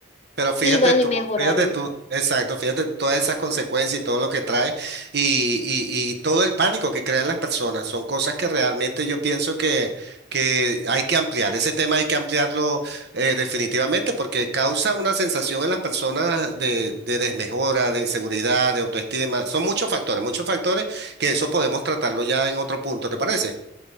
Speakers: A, on the right; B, on the left.
A: Pero fíjate
B: Y bueno,
A: tú,
B: y mejoraron.
A: fíjate tú, exacto, fíjate todas esas consecuencias y todo lo que trae y, y- y todo el pánico que crean las personas. Son cosas que realmente yo pienso que, que hay que ampliar. Ese tema hay que ampliarlo eh, definitivamente porque causa una sensación en las personas de, de desmejora, de inseguridad, de autoestima. Son muchos factores, muchos factores que eso podemos tratarlo ya en otro punto, ¿te parece?